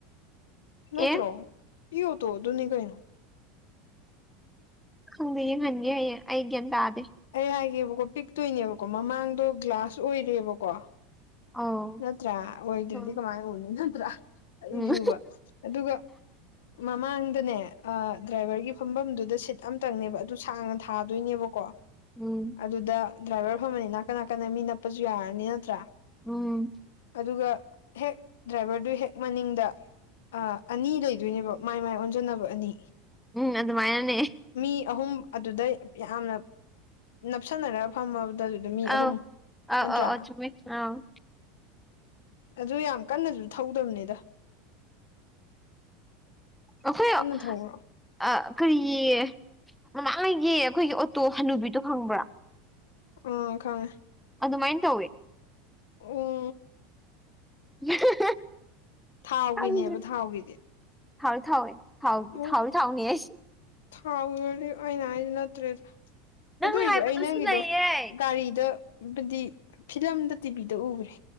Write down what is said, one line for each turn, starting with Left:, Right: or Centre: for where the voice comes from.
Left: ꯅꯠꯇ꯭ꯔꯣ
Centre: ꯑꯦ
Left: ꯏꯑꯣꯇꯣ ꯑꯗꯨꯨꯅꯦ ꯀꯩꯅꯣ
Centre: ꯈꯪꯗꯦ ꯌꯦꯡꯍꯟꯒꯦ ꯍꯌꯦ ꯑꯩ ꯒ꯭ꯌꯥꯟ ꯇꯗꯦ
Left: ꯑꯩ ꯍꯥꯏꯒꯦꯕꯀꯣ ꯄꯤꯛꯇꯣꯏꯅꯦꯕꯀꯣ ꯃꯃꯥꯡꯗꯣ ꯒ꯭ꯂꯥꯁ ꯑꯣꯏꯔꯦꯕꯀꯣ
Centre: ꯑꯧ
Left: ꯅꯠꯇ꯭ꯔꯥ ꯑꯣꯏꯗꯔꯗꯤ
Centre: ꯎꯝ
Left: ꯀꯃꯥꯏꯅ ꯎꯅꯤ ꯅꯠꯇ꯭ꯔꯥ ꯑꯩꯖꯨꯕ
Centre: ꯎꯝ
Left: ꯑꯗꯨꯒ ꯃꯃꯥꯡꯗꯅꯦ ꯗ꯭ꯔꯥꯏꯚꯔꯒꯤ ꯐꯨꯝꯐꯝꯗꯨꯗ ꯁꯤꯠ ꯑꯝꯇꯪꯅꯦꯕ ꯑꯗꯨ ꯁꯥꯡꯅ ꯊꯥꯗꯣꯏꯅꯦꯕ ꯀꯣ
Centre: ꯎꯝ
Left: ꯑꯗꯨꯗ ꯗ꯭ꯔꯥꯏꯚꯔ ꯐꯝꯃꯅꯤ ꯅꯥꯀꯟ ꯅꯥꯀꯟꯅ ꯃꯤ ꯅꯞꯄꯁꯨ ꯌꯥꯔꯅꯤ ꯅꯠꯇ꯭ꯔꯥ
Centre: ꯎꯝ
Left: ꯑꯗꯨꯒ ꯍꯦꯛ ꯗ꯭ꯔꯥꯏꯚꯔꯗꯨꯒꯤ ꯍꯦꯛ ꯃꯅꯤꯡꯗ ꯑꯥ ꯑꯅꯤ ꯂꯩꯗꯣꯏꯅꯦꯕ ꯃꯥꯏ ꯃꯥꯏ ꯑꯣꯟꯖꯟꯅꯕ ꯑꯅꯤ
Centre: ꯎꯝ ꯑꯗꯨꯃꯥꯏꯅꯅꯦ
Left: ꯃꯤ ꯑꯍꯨꯝ ꯑꯗꯨꯗ ꯌꯥꯝꯅ ꯅꯞꯁꯟꯅꯔꯒ ꯐꯝꯃꯕꯗ ꯃꯤ
Centre: ꯑꯧ
Left: ꯑꯍꯨꯝ
Centre: ꯑꯧ
Left: ꯅꯠꯇ꯭ꯔꯥ
Centre: <unintelligible>
Left: ꯑꯗꯨ ꯌꯥꯝ ꯀꯟꯅꯁꯨ ꯊꯧꯗꯕꯅꯤꯗ
Centre: <unintelligible>
Left: ꯀꯟꯅ ꯊꯧꯕ꯭ꯔꯣ
Centre: ꯑꯥ ꯀꯔꯤꯌꯦ ꯃꯃꯥꯡꯉꯩꯒꯤ ꯑꯩꯈꯣꯏꯒꯤ ꯑꯣꯇꯣ ꯍꯅꯨꯕꯤꯗꯣ ꯈꯪꯕ꯭ꯔꯥ
Left: ꯎꯝ ꯈꯪꯉꯦ
Centre: ꯑꯗꯨꯃꯥꯏꯅ ꯇꯧꯋꯦ
Left: ꯑꯣ
Centre: <unintelligible>
Left: ꯊꯥꯎꯒꯤꯅꯦꯕ
Centre: ꯈꯪꯗ꯭ꯔꯤ
Left: ꯊꯥꯎꯒꯤꯗꯤ
Centre: ꯊꯥꯎꯋꯦ ꯊꯥꯎꯋꯣꯏ ꯊꯥꯎ
Left: ꯎꯝ
Centre: ꯊꯥꯎ ꯊꯥꯎꯅꯤꯍꯦ
Left: ꯊꯥꯎꯒꯤ ꯑꯣꯏꯔꯗꯤ ꯑꯩꯅ ꯍꯥꯏꯁꯦ ꯅꯠꯇ꯭ꯔꯦꯗ
Centre: ꯅꯪꯅ
Left: ꯑꯗꯣꯏꯖꯨ
Centre: ꯍꯥꯏꯕꯗꯨꯁꯨ
Left: ꯑꯩ ꯅꯪꯒꯤꯗꯣ
Centre: ꯂꯩꯌꯦ
Left: ꯒꯥꯔꯤꯗ ꯕꯨꯗꯤ ꯐꯤꯂꯝꯗ ꯇꯤꯚꯤꯗ ꯎꯒ꯭ꯔꯦ